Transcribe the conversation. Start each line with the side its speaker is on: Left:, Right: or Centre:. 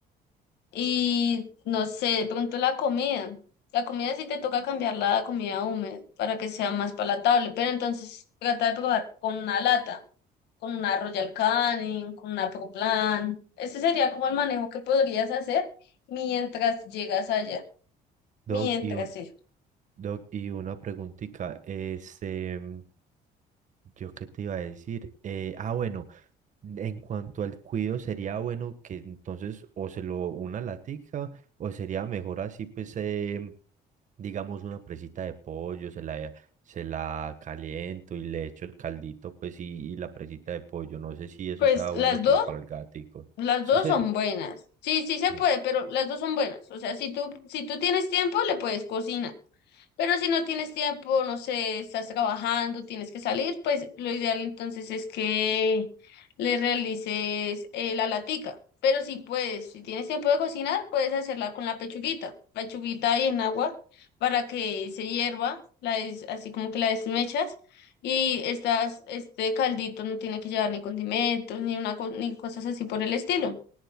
Left: Y no sé, de pronto la comida. La comida sí te toca cambiar la comida húmeda para que sea más palatable, pero entonces trata de probar con una lata, con una Royal Canin, con una Pro Plan. Ese sería como el manejo que podrías hacer mientras llegas allá,
Right: Doc,
Left: mientras
Right: y, un-
Left: eso.
Right: Doc, y una preguntita, este, mm, yo qué te iba a decir, Eh, ah, bueno, en cuanto al cuido, sería bueno que entonces o se lo una latica, o sería mejor así, pues, eh, digamos, una presita de pollo, se la, se la caliento y le echo el caldito, pues, y, y la presita de pollo, no sé si eso
Left: Pues
Right: sea bueno
Left: las
Right: como
Left: dos,
Right: para el gatico.
Left: las
Right: Sí,
Left: dos
Right: se...
Left: son buenas. Sí, sí se
Right: eh,
Left: puede, pero las dos son buenas. O sea, si tú, si tú tienes tiempo, le puedes cocinar. Pero si no tienes tiempo, no sé, estás trabajando, tienes que salir, pues lo ideal entonces es que le realices eh, la latica. Pero si puedes, si tienes tiempo de cocinar, puedes hacerla con la pechuguita. Pechuguita ahí en agua para que se hierva, la des- así como que la desmechas. Y estas, este caldito no tiene que llevar ni condimentos, ni una co- ni cosas así por el estilo.